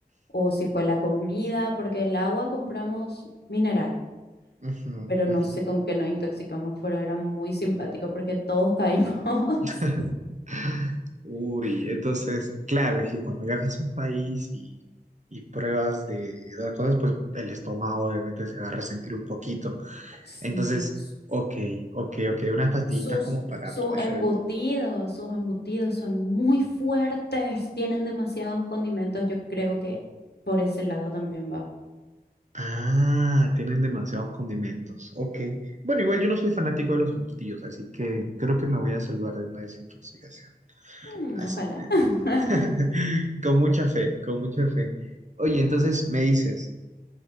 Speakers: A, on the left; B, on the right.
A: o si fue la comida, porque el agua compramos mineral,
B: Ujú,
A: pero no
B: ujú.
A: sé con qué nos intoxicamos, pero era muy simpático porque todos caímos. <laughs>
B: <laughs> Uy, entonces, claro, es que cuando viajas a un país y, y pruebas de dar cosas, pues el estómago obviamente se va a resentir un poquito.
A: Sí,
B: Entonces,
A: s-
B: ok, ok, ok, unas pastillitas
A: sus,
B: como para
A: sus
B: proteger
A: embutidos,
B: el...
A: sus embutidos son muy fuertes, tienen demasiados condimentos. Yo creo que por ese lado también va.
B: Ah, tienen demasiados condimentos, ok. Bueno, igual yo no soy fanático de los embutidos, así que creo que me voy a salvar de una desintoxicación.
A: Mm,
B: Así,
A: ojalá.
B: <laughs>
A: <laughs>
B: con mucha fe, con mucha fe. Oye, entonces me dices...